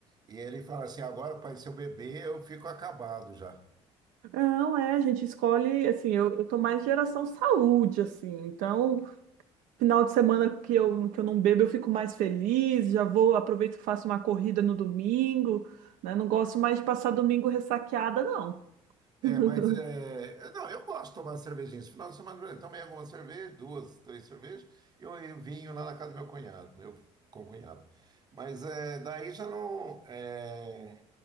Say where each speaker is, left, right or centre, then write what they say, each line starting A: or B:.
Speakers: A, on the right; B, on the right.
A: E ele fala assim: agora, pai, se eu beber, eu fico acabado já.
B: Não, é, a gente escolhe, assim, eu, eu tô mais geração saúde, assim, então, final de semana que eu, que eu não bebo, eu fico mais feliz, já vou, aproveito que faço uma corrida no domingo, né? Não gosto mais de passar domingo ressaqueada, não.
A: É,
B: <laughs>
A: mas é. Não, eu gosto de tomar cervejinha. Esse final de semana eu tomei algumas cervejas, duas, três cervejas, e eu, eu vinho lá na casa do meu cunhado, meu concunhado. Mas é, daí já não. É,